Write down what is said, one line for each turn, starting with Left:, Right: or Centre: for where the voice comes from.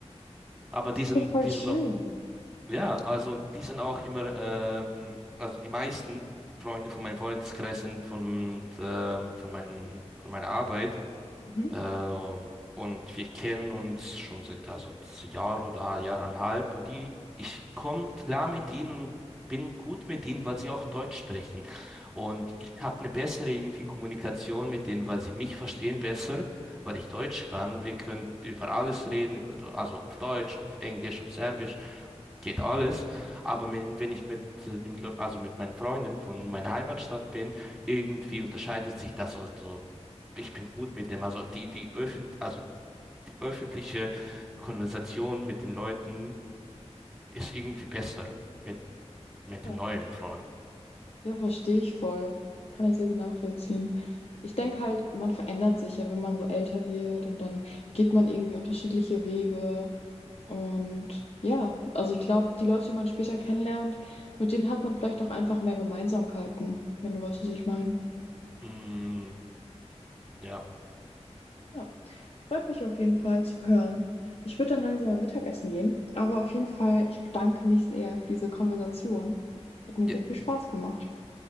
Centre: aber
Left: das
Centre: diesen
Left: ist ja voll
Centre: diesen
Left: schön.
Centre: Ja, also die sind auch immer, ähm, also die meisten Freunde von meinem Freundeskreis sind von, ähm, von meinen, von meiner Arbeit.
Left: Mhm.
Centre: Ähm, und wir kennen uns schon seit also Jahr oder Jahreinhalb. Und die, ich komme klar mit ihnen und bin gut mit ihnen, weil sie auch Deutsch sprechen. Und ich habe eine bessere irgendwie Kommunikation mit denen, weil sie mich verstehen besser, weil ich Deutsch kann. Wir können über alles reden, über, also auf Deutsch, auf Englisch, auf Serbisch geht alles. Aber wenn, wenn ich mit, äh, dem, Le- also mit meinen Freunden von meiner Heimatstadt bin, irgendwie unterscheidet sich das. Also, ich bin gut mit dem. Also die, die öffent, also die öffentliche Konversation mit den Leuten ist irgendwie besser mit, mit
Left: Ja.
Centre: den neuen Freunden.
Left: Ja, verstehe ich voll. Kann ich sehr gut nachvollziehen. Ich denke halt, man verändert sich ja, wenn man so älter wird und dann geht man irgendwie unterschiedliche Wege. Und ja, also ich glaube, die Leute, die man später kennenlernt, mit denen hat man vielleicht auch einfach mehr Gemeinsamkeiten, wenn du weißt, was ich meine.
Centre: Mm, ja.
Left: Ja, freut mich auf jeden Fall zu hören. Ich würde dann langsam mal Mittagessen gehen, aber auf jeden Fall, ich bedanke mich sehr für diese Konversation. Hat mir
Centre: Ja,
Left: sehr viel Spaß gemacht.